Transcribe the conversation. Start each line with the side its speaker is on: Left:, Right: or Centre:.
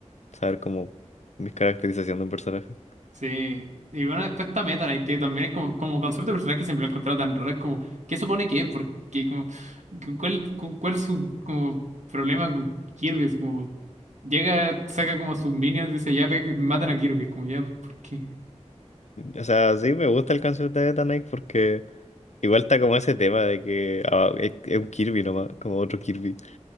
Left: saber como mis caracterización de un personaje.
Right: Sí, y bueno, después está Meta Knight, que también es como, como concepto de personaje que siempre lo he encontrado tan raro, es como, ¿qué supone que es? Porque como, cu- ¿cuál, cu- cuál es su como problema con Kirby? Así como, llega, saca como sus minions, dice, ya pe- matan a Kirby, como ya, ¿por qué?
Left: O sea, sí, me gusta el canción de Eta Knight porque igual está como ese tema de que ah, es, es un Kirby nomás, como otro Kirby,